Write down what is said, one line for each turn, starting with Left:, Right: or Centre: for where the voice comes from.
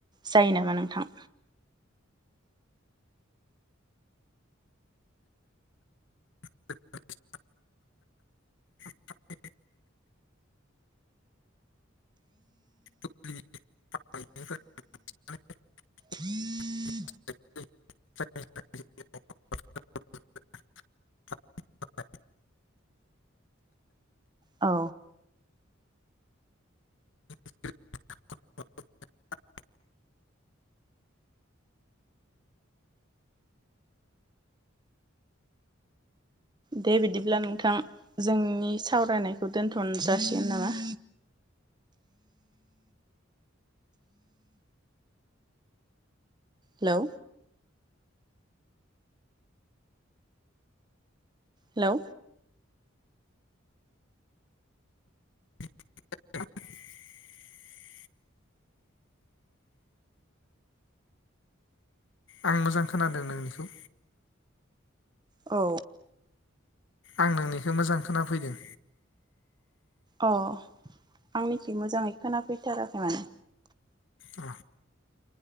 Right: जायो नामा नोंथां?
Left: <unintelligible> <unintelligible> <unintelligible>
Right: <inaudible>
Left: <unintelligible> <unintelligible>
Right: औ।
Left: <unintelligible>
Right: दे बिदिब्ला नोंथां जोंनि सावरायनायखौ दोनथ'न जासिगोन नामा? हेलौ। हेलौ।
Left: <unintelligible> आं मोजां खोनादों नोंनिखौ।
Right: औ।
Left: आं नोंनिखौ मोजां खोनाफैदों।
Right: अ' आंनिखि मोजाङै खोनाफैथाराखै माने।
Left: अ